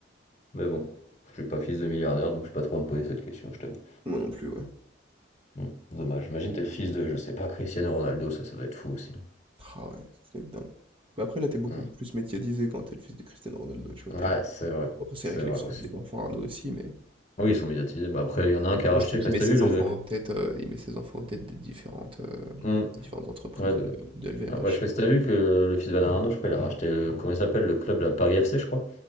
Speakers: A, on the left (about 35°); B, on the right (about 25°).
A: Mais bon, je suis pas fils de milliardaire, donc je suis pas trop à me poser cette question, je t'avoue.
B: Moi non plus, ouais.
A: Hmm, dommage. Imagine t'es le fils de, je sais pas, Cristiano Ronaldo, ça, ça doit être fou aussi.
B: Ah ouais, ça c'est dingue. Mais après, là, t'es beaucoup
A: Hmm.
B: plus médiatisé quand t'es le fils de Cristiano Ronaldo, tu vois.
A: Ouais,
B: t'es-
A: c'est vrai,
B: Après, c'est
A: c'est
B: vrai que
A: vrai
B: les,
A: aussi.
B: les enfants Arnaud aussi, mais.
A: Oui, ils sont médiatisés. Bah après, il y en a un qui a
B: Mais
A: racheté,
B: je crois qu'il
A: parce
B: met
A: que
B: ses
A: t'as vu le.
B: enfants aux têtes, euh, il met ses enfants aux têtes des différentes, euh,
A: Hmm,
B: des différentes entreprises
A: ouais, de-
B: de, de LVMH.
A: ah, bah, je sais pas si t'as vu que le fils de Bernardo, je crois, il a racheté, le- comment il s'appelle, le club, la Paris FC, je crois.